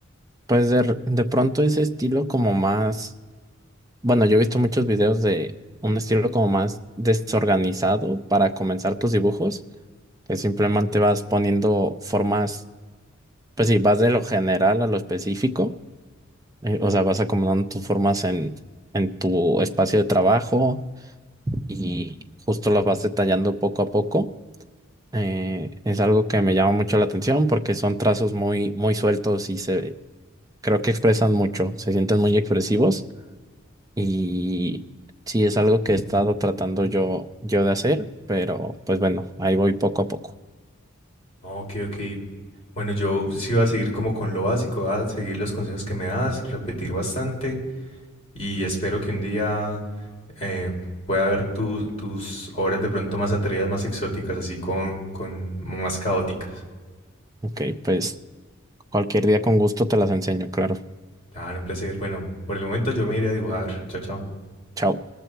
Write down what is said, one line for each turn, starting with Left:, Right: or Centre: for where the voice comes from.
Right: pues de, r- de pronto ese estilo como más, bueno, yo he visto muchos videos de un estilo como más desorganizado para comenzar tus dibujos, que simplemente vas poniendo formas, pues sí, vas de lo general a lo específico, eh, o sea, vas acomodando tus formas en, en tu espacio de trabajo y justo las vas detallando poco a poco. Eh, es algo que me llama mucho la atención porque son trazos muy, muy sueltos y se, creo que expresan mucho, se sienten muy expresivos y sí es algo que he estado tratando yo, yo de hacer, pero pues bueno, ahí voy poco a poco.
Left: Ok, ok. Bueno, yo sí voy a seguir como con lo básico, voy a seguir los consejos que me das, repetir bastante y espero que un día eh, pueda ver tu- tus obras de pronto más atrevidas, más exóticas, así con, con más caóticas.
Right: Ok, pues cualquier día con gusto te las enseño, claro.
Left: Claro, un placer. Bueno, por el momento yo me iré a dibujar. Chao, chao.
Right: Chao.